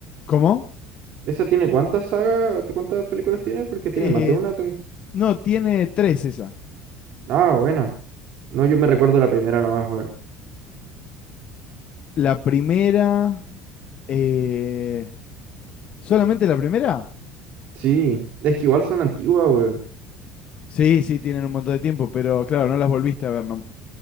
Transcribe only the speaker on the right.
¿Esa tiene cuántas sagas? ¿Te- ¿Cuántas películas tiene? Porque tiene
más de una. ten-
Ah, buena. No, yo me recuerdo la primera nomás, weón.
Sí, es que igual son antiguas, weón.